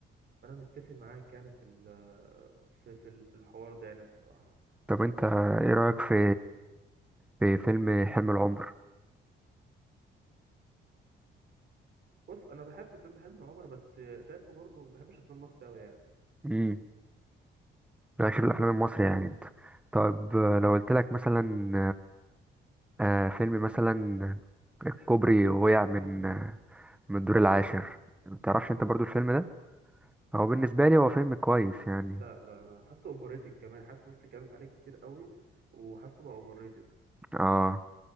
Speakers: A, on the right; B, in the centre.
A: فانا متفق معاك يعني في ال في في ال- في الحوار ده يعني بصراحة
B: طب أنت إيه رأيك في في فيلم حلم العمر؟
A: بص انا بحب فيلم حلم العمر بس شايفه برضو ما بحبش افلام مصر قوي يعني.
B: امم رأيك في الأفلام المصري يعني أنت طب آه، لو قلت لك مثلا آه، آه، فيلم مثلا الكوبري وقع من آه، من الدور العاشر متعرفش أنت برضو الفيلم ده؟ هو بالنسبة لي هو فيلم كويس يعني
A: لا لا انا حاسه اوفر ريتد كمان حاسس ناس اتكلمت عليه كتير قوي وحاسه بقى اوفر ريتد
B: اه